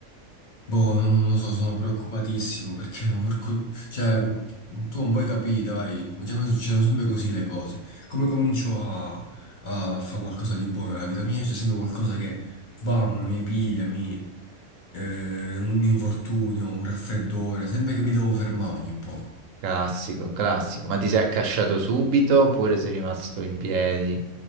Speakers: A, on the left (about 45°); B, on the right (about 70°).
A: Boh, non lo so, sono preoccupatissimo perché <laughs> porco- cioè, tu non puoi capire, dai, cioè, a me succedono sempre così le cose. Come comincio a, a fare qualcosa di buono nella vita mia, c'è sempre qualcosa che, bam, mi piglia, mi, eh, un infortunio, un raffreddore, sempre che mi devo fermare ogni poco.
B: classico, classico. Ma ti sei accasciato subito oppure sei rimasto in piedi?